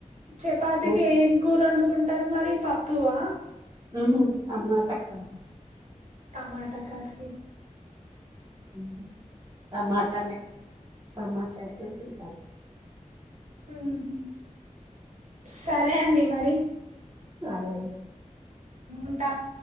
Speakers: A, on the right; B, on the right.
A: చపాతికి
B: ఊట
A: ఏం కూర వండుకుంట రు మరి పప్పు ఆ
B: ఉహూ టమాట కర్రీ
A: టమాటా కర్రీ
B: మ్ టమాటానే టమాటా అయితే తింటరు.
A: ఉహు సరే అండి మరి
B: సరే
A: ఉంటన